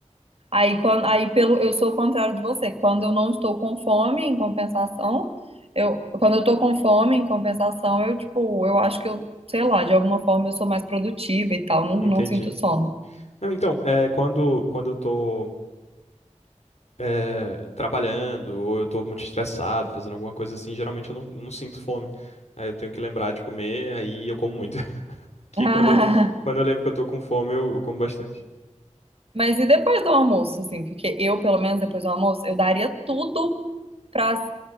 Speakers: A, on the right; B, on the left.
A: Aí, quando, aí pelo, eu sou o contrário de você. Quando eu não estou com fome, em compensação, eu, quando eu tô com fome, em compensação, eu, tipo, eu acho que eu, sei lá, de alguma forma eu sou mais produtiva e tal, não, não
B: Entendi.
A: sinto sono.
B: Não, então, é, quando, quando eu tô é, trabalhando, ou eu tô muito estressado, fazendo alguma coisa assim, geralmente eu não, não sinto fome. Aí eu tenho que lembrar de comer, aí eu como muito. <laughs> Que
A: <laughs> Ah,
B: quando, quando eu lembro que eu tô com fome, eu, eu como bastante.
A: Mas e depois do almoço, assim? Porque eu, pelo menos depois do almoço, eu daria tudo pra